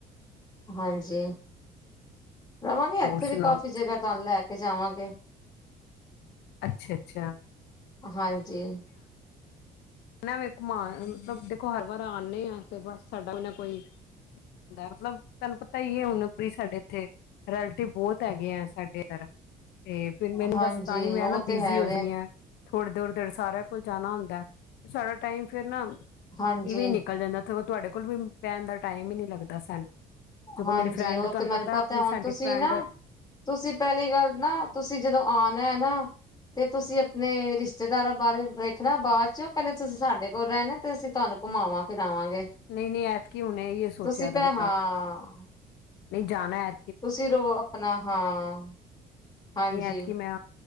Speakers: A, on the left; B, on the left.
A: ਹਾਂਜੀ ਰਵਾਂਗੇ
B: ਹੋਰ
A: ਇੱਥੇ ਵੀ
B: ਸੁਣਾਓ
A: ਕਾਫ਼ੀ
B: ਤੁਸੀਂ
A: ਜਗ੍ਹਾ ਤੁਹਾਨੂੰ ਲੈ ਕੇ ਜਾਵਾਂਗੇ
B: ਅੱਛਾ-ਅੱਛਾ
A: ਹਾਂਜੀ
B: ਘੁੰਮਨਾ ਵੇ ਘੁਮਾਨ ਮਤਲਬ ਦੇਖੋ ਹਰ ਵਾਰ ਆਂਨੇ ਆਂ ਅਸੀਂ ਬਸ ਸਾਡਾ ਕੋਈ ਨਾ ਕੋਈ ਲੈ ਮਤਲਬ ਤੁਾਨੂੰ ਪਤਾ ਈ ਐ ਹੁਨ <unintelligible> ਸਾਡੇ ਏਥੇ ਰੈਲੇਟਿਵ ਬੋਤ ਹੈਗੇ ਆ ਸਾਡੇ ਏਦਰ ਤੇ ਫਿਰ ਮੈਨੂੰ
A: ਹਾਂਜੀ
B: ਬਸ ਤਾਂਈ ਮੈਂ
A: ਉਹ
B: ਨਾ ਬਿਜ਼ੀ
A: ਤੇ ਹੈ
B: ਹੋ
A: ਵੇ
B: ਜਾਨੀ ਆ ਥੋੜ੍ਹੀ ਦੇਰ-ਦੇਰ ਸਾਰਿਆਂ ਕੋਲ ਜਾਨਾ ਹੁੰਦਾ, ਸਾਡਾ ਟਾਈਮ ਫਿਰ ਨਾ
A: ਹਾਂਜੀ
B: ਇਵੀਂ ਨਿਕਲ ਜਾਂਦਾ। ਤੁਹਾਡੇ ਕੋਲ ਵੀ ਬੈਨਦਾ ਟਾਈਮ ਈ ਨਈ ਲੱਗਦਾ ਸਾਨੂੰ। ਸਗੋਂ
A: ਹਾਂਜੀ
B: ਮੇਰੀ ਫਰੈਂਡ
A: ਉਹ
B: ਤਾਨੂੰ
A: ਤੇ
B: ਪਤਾ
A: ਮੈਨੂੰ
B: ਆਪਨੀ
A: ਹੁਣ
B: ਸਾਡੀ
A: ਤੁਸੀਂ
B: ਫਰੈਂਡ
A: ਨਾ ਤੁਸੀਂ ਪੈਲੀ ਗੱਲ ਨਾ ਤੁਸੀਂ ਜਦੋਂ ਆਨਾ ਐ ਨਾ ਤੇ ਤੁਸੀਂ ਆਪਣੇ ਰਿਸ਼ਤੇਦਾਰਾਂ ਬਾਰੇ ਵੇਖਣਾ ਬਾਦ ਚੋਂ ਪੈਲੇ ਤੁਸੀਂ ਸਾਡੇ ਕੋਲ ਰਹਿਨਾ ਤੇ ਅਸੀਂ ਤਾਨੂੰ ਘੁਮਾਵਾਂ ਫਿਰਾਵਾਂਗੇ।
B: ਨਈ-ਨਈ ਐਤਕੀ ਹੁਨ ਏਹੀਏ ਸੋਚੇਆ
A: ਤੁਸੀਂ
B: ਦਾ
A: ਭ
B: ਮੈਂ
A: ਹਾਂ
B: ਨਈ ਜਾਨਾ ਐ
A: ਤੁਸੀਂ ਰੋ ਆਪਨਾ ਹਾਂ ਹਾਂਜੀ
B: ਨਈ ਐਤਕੀ ਮੈਂ